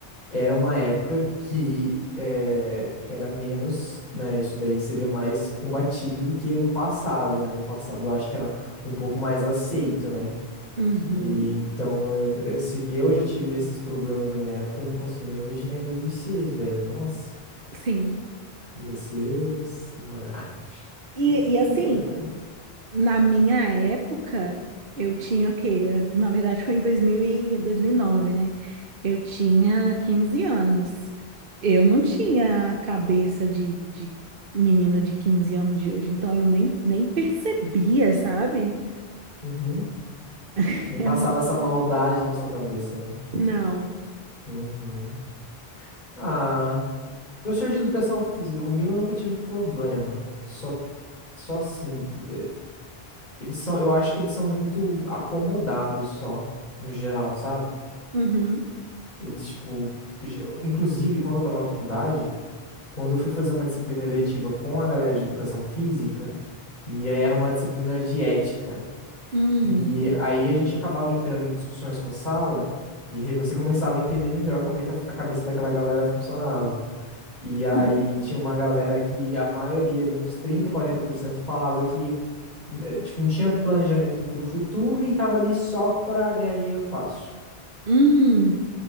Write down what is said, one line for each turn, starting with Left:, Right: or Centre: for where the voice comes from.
Left: era uma época que é, era menos, né? Isso daí seria mais combatido do que no passado, né? No passado eu acho que era um pouco mais aceito, né?
Right: Uhum.
Left: E então, eu- eu- se eu já tive esses problemas na minha época, eu não consigo nem imaginar em 2006, velho. Nossa,
Right: Sim.
Left: devia ser. Ah,
Right: E,
Left: é
Right: e
Left: que.
Right: assim.
Left: ah,
Right: Na minha época, eu tinha o quê? Na verdade, foi em dois mil e dois mil e nove, né? Eu tinha 15 anos. Eu não tinha a cabeça de, de menina de 15 anos de hoje, então eu nem, nem percebia, sabe?
Left: Uhum.
Right: <laughs>
Left: Nem
Right: É
Left: passava
Right: muito estranho.
Left: essa maldade na sua cabeça, né?
Right: Não.
Left: Uhum. Ah, professor de educação física, comigo eu nunca tive problema. Só, só assim, t- eh, eles são, eu acho que eles são muito acomodados só, no geral, sabe?
Right: Uhum.
Left: Eles, tipo, ge- inclusive quando eu tava na faculdade, quando eu fui fazer uma disciplina eletiva com a galera de educação física, e aí era uma disciplina de ética.
Right: Hum.
Left: E aí a gente acabava entrando em discussões com a sala, e aí você começava a entender melhor como é que a a cabeça daquela galera funcionava. E aí
Right: Uhum.
Left: tinha uma galera que a maioria, ali uns trinta quarenta por cento falava que eh, tipo, não tinha planejamento pro futuro e tava ali só pra ganhar dinheiro fácil.
Right: Hum.